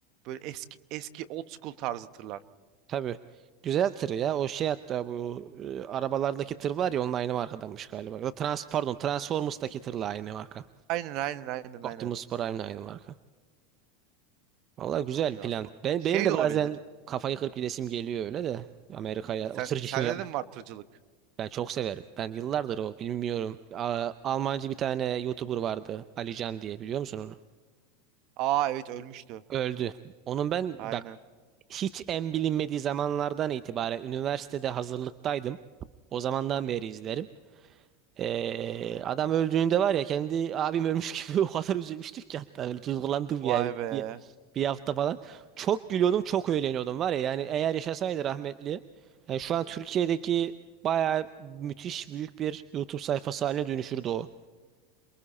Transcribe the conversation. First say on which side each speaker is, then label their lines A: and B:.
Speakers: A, on the right; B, on the right.
A: Böyle eski eski old school tarzı tırlar.
B: tabii güzel tır ya o şey hatta bu e, arabalardaki tır var ya onun aynı markadanmış galiba. Ya da Trans, pardon Transformers'taki tırla aynı marka.
A: Aynen aynen aynen
B: Optimus
A: aynen.
B: Prime'le aynı marka. Valla güzel
A: Oğlum ya.
B: plan.
A: so-
B: Ben,
A: Şey
B: benim de
A: de olabilir.
B: bazen kafayı kırıp gidesim geliyor öyle de Amerika'ya
A: Sen
B: o tır işini
A: sende de mi var tırcılık?
B: Ben çok severim. Ben yıllardır o bilmiyorum. A- Almancı bir tane YouTuber vardı. Alican diye biliyor musun onu?
A: Aa evet ölmüştü.
B: Öldü. Onun ben
A: Aynen.
B: bak hiç en bilinmediği zamanlardan itibaren üniversitede hazırlıktaydım. O zamandan
A: Hı hı.
B: beri izlerim. Ee, adam öldüğünde var ya kendi abim ölmüş gibi <laughs> o kadar üzülmüştük ki hatta böyle duygulandım yani
A: Vay be.
B: bir, bir hafta falan. Çok gülüyordum çok eğleniyordum var ya yani eğer yaşasaydı rahmetli. Yani şu an Türkiye'deki bayağı müthiş büyük bir YouTube sayfası haline dönüşürdü o.